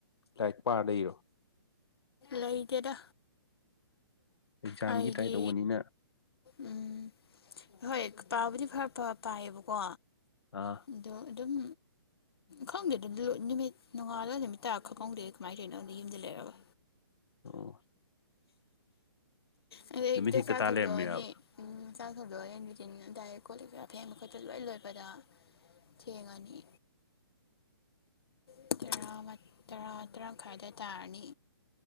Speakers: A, on the left (about 85°); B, on the left (about 75°).
A: ꯂꯥꯏꯔꯤꯛ ꯄꯥꯔ ꯂꯩꯔꯤꯔꯣ
B: ꯂꯩꯇꯦꯗ
A: ꯑꯦꯛꯖꯥꯝꯒꯤ
B: ꯑꯩꯗꯤ
A: ꯇ꯭ꯔꯥꯏ ꯇꯧꯕꯅꯤꯅ
B: ꯎꯝ ꯍꯣꯏ ꯄꯥꯎꯕꯨꯗꯤ ꯐꯔ ꯐ ꯄꯥꯏꯌꯦꯕꯀꯣ
A: ꯑꯥ
B: ꯑꯗꯣ ꯑꯗꯨꯝ ꯈꯪꯗꯦ ꯑꯗꯨ ꯅꯨꯃꯤꯠ ꯅꯉꯥꯜꯂꯒ ꯅꯨꯃꯤꯠ ꯇꯔꯛ ꯈꯛ ꯈꯪꯗꯦ ꯀꯃꯥꯏ ꯇꯧꯔꯤꯅꯣ ꯈꯪꯗꯦ ꯌꯨꯝꯗ ꯂꯩꯔꯒ
A: ꯑꯣ
B: ꯑꯌꯨꯛ-ꯑꯌꯨꯛꯇ
A: ꯅꯨꯃꯤꯠ ꯍꯦꯛꯇ
B: ꯆꯥꯛ
A: ꯇꯥ
B: ꯊꯧꯗꯣꯛꯑꯅꯤ
A: ꯂꯩꯔꯝꯃꯤꯔꯕ
B: ꯎꯝ ꯆꯥꯛ ꯊꯗꯣꯛ ꯍꯦꯟ ꯗꯥꯏꯔꯦꯛ ꯀꯣꯂꯤꯛꯀ ꯐꯦꯡꯕ ꯈꯣꯠꯄ ꯂꯣꯏ ꯂꯣꯏꯕꯗ ꯊꯦꯡꯉꯅꯤ ꯇꯔꯥ ꯇꯔꯥ ꯃꯈꯥꯏꯗ ꯇꯥꯔꯅꯤ